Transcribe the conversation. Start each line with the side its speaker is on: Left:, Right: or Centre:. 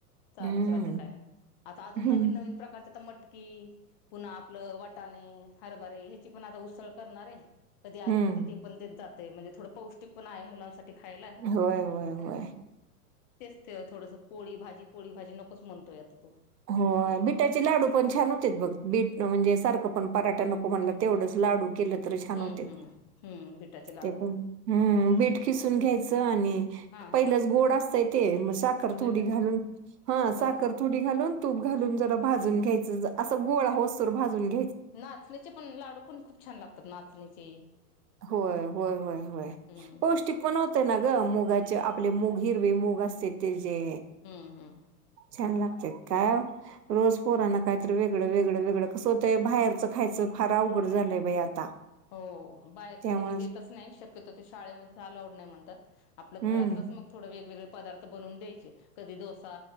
Left: चालूच
Right: हम्म
Left: राहते काही नाही आता अजून
Right: हम्म,
Left: नवीन नवीन प्रकारचे. आता मटकी पुन्हा आपलं वाटाणे हरभरे ह्याची पण आता उसळ करणार आहे. कधी आधीमध्येध्ये
Right: हम्म.
Left: ते पण देत जाते म्हणजे थोडं पौष्टिक पण आहे मुलांसाठी. खायला
Right: होय होय होय.
Left: तेच ते थोडंसं पोळी भाजी पोळी भाजी नकोच म्हणतोय आता तो.
Right: हो बिटाचे लाडू पण छान होते बघ बीट म्हणजे सारखं पण पराठा नको म्हणला तेवढंच. लाडू केले तरी
Left: हम्म
Right: छान होते.
Left: हम्म हम्म बिटाचे लाडू
Right: ते पण हम् बीट खिसून घ्यायचं आणि
Left: हा हा
Right: पहिलंच गोड असतय ते मस्त. साखर तुडी
Left: बिटाच
Right: घालून हा
Left: हो
Right: साखर तुडी घालून. तूप घालून जरा भाजून घ्यायचं असं गोळा होस तोर भाजून घे
Left: नाचण्याचे पण लाडू पण खूप छान लागतात नाचण्याचे.
Right: होय होय होय होय,
Left: हम्म
Right: पौष्टिक पण होते ना ग मुगाचे आप मूग मुग असते ते जे.
Left: हम्म हम्म
Right: छान
Left: ते
Right: लागतात
Left: पण आहे
Right: का. रोज पोराना कायत वेगळं वेगळं वेगळं कसं होतं बाहेरचं खायचं फार अवघड झालंय बाई आता.
Left: हो बाहेरच
Right: त्यामुळेच
Left: तर मी देतच नाही शक्यतो ते शाळेमध्ये अलाउड नाही म्हणतात आपल घरातला.
Right: हम्म
Left: मग थोड वेगवेगळे पदार्थ बनवून द्यायचे कधी डोसा